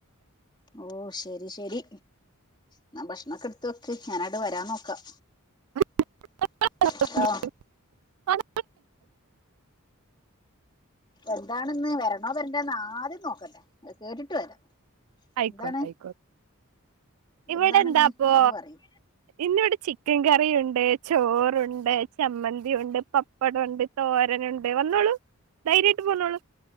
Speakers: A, on the left (about 20°); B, on the right (about 80°).
A: ഓ ശരി ശരി. ന്നാ ഭക്ഷണൊക്കെ എടുത്ത് വെക്ക് ഞാൻ അങ്ങട് വരാൻ നോക്കാം.
B: <unintelligible>
A: ട്ടോ
B: അൽ
A: എന്താണന്ന് വരണോ വരണ്ടേന്ന് ആദ്യം നോക്കട്ടെ. കേട്ടിട്ട് വരാം.
B: ആയിക്കോട്ടെ
A: എന്താണ്
B: ആയിക്കോ ഇവിടെ
A: എന്താണിന്ന്
B: എന്താപ്പോ
A: അത് പറയ്
B: ഇന്നിവിടെ ചിക് ചിക്കൻ കറിയുണ്ട്. ചോറുണ്ട്. ചമ്മന്തി ഉണ്ട്. പപ്പടൊണ്ട്. തോരനൊണ്ട് വന്നോളൂ. <unintelligible> പോന്നോളൂ